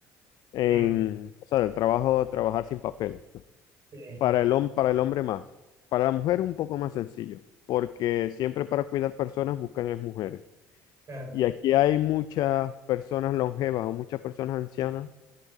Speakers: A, on the left; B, on the right.
A: En,
B: mm,
A: o sea, del trabajo, trabajar sin papeles. pues.
B: sí,
A: Para el, hom- para el hombre más. Para la mujer es un poco más sencillo, porque siempre para cuidar personas buscan es mujeres.
B: claro.
A: Y aquí hay muchas personas longevas o muchas personas ancianas